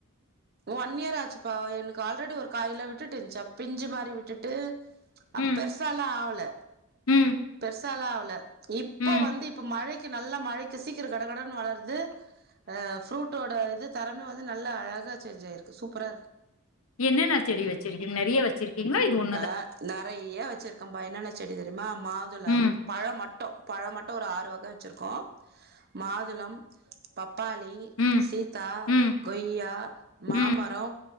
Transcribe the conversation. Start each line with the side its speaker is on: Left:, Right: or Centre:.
Right: ஒன் இயர் ஆச்சுப்பா எனக் கால்ரெடி ஒரு காயில விட்டுட்டு இருந்துச்சு பிஞ்சு மாரி விட்டுட்டு அ
Left: ம்
Right: பெருசாலா ஆவல
Left: ம்
Right: பஸ் பெரிசால ஆவல இப்ப
Left: ம்
Right: வந்து இப்ப மழைக்கு நல்ல மழைக்கு சீக்கிர கட கடனு வளருது ஆ ஃப்ரூட்டோட இது தரமே வந்து நல்லா அழகா சேஞ்ச் ஆயிருக்கு சூப்பரா இருக்கு
Left: என்னென்ன செடி வெச்சிருக்கிங் நெறைய வெச்சிருக்கீங்ளா இது ஒன்
Right: ஆ நெறைய வெச்சிருக்கம்பா என்னென்ன செடி தெரியிமா மாதுளம்
Left: ம்
Right: பழோ மட் டு பழோ மட்டு ஒரு ஆறு வக வெச்சிருக்கோ மாதுளம் பப்பாளி
Left: ம்
Right: சீத்தா
Left: ம்
Right: கொய்யா மாமரோ
Left: ம்